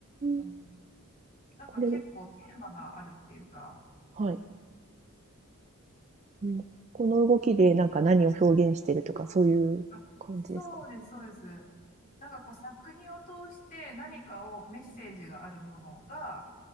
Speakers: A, on the left; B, on the right.
A: あの、
B: ん、
A: なんか結構テーマがあるっていうか、
B: これはい、うん。この動きでなんか何を表現してるとか、そういう感じですか？
A: あ、そうです、そうです。なんかこう作品を通して何かをメッセージがあるものが、